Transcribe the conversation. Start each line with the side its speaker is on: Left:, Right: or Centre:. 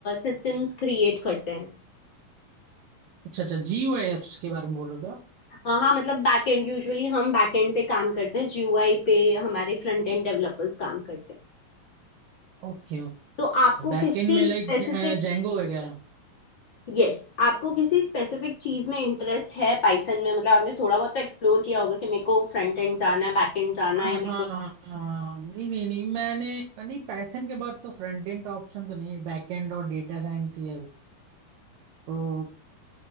Left: सिस्टम्स क्रिएट करते हैं
Right: अच्छा अच्छा जीयूआई एप्स के बारे में बोल रहे हो आप
Left: अ, हाँ मतलब बैक एंड यूजुअली हम बैक एंड पे काम करते हैं जीयूआई पे हमारे फ्रंट एंड डेवलपर्स काम करते हैं
Right: Okay okay
Left: तो आपको
Right: बैकएंड
Left: किसी
Right: में लाइक
Left: स्पेसिफिक
Right: जेंगो वगैरह
Left: यस yes, आपको किसी स्पेसिफिक चीज में इंटरेस्ट है पाइथन में मतलब आपने थोड़ा बहुत तो एक्सप्लोर किया होगा कि मेरे को फ्रंट एंड जाना है बैक एंड जाना
Right: हाँ
Left: है या मेरे
Right: हाँ
Left: को
Right: हाँ, हाँ। नहीं नहीं नहीं मैंने नहीं पाइथन के बाद तो फ्रंट एंड का ऑप्शन तो नहीं है बैकएंड और डेटा साइंस ही है वो। तो